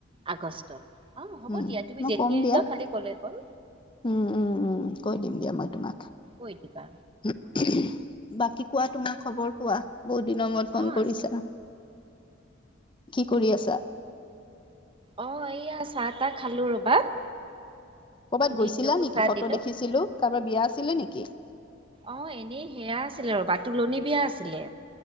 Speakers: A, on the right (about 25°); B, on the left (about 25°).
A: আগষ্টত, অ', হ'ব
B: উম
A: দিয়া, তুমি
B: মই
A: যেতিয়াই
B: কম দিয়া
A: যোৱা, খালি ক'লে হ'ল।
B: উম, উম, উম, কৈ দিম দিয়া, মই তোমাক।
A: কৈ দিবা
B: উ উহো, বাকী কোৱা, তোমাৰ খবৰ কোৱা? বহুত দিনৰ মূৰত ফোন
A: অ আছো
B: কৰিছা। কি কৰি আছা?
A: অ', এইয়া চাহ - তাহ খালো ৰবা।
B: কৰ'বাত
A: ভিনদেউকো
B: গৈছিলা নেকি?
A: চাহ
B: ফটো
A: দিলো
B: দেখিছিলো কাৰোবাৰ বিয়া আছিলে নেকি?
A: অঁ', এনেই সেয়া আছিলে ৰবা, তোলনি বিয়া আছিলে।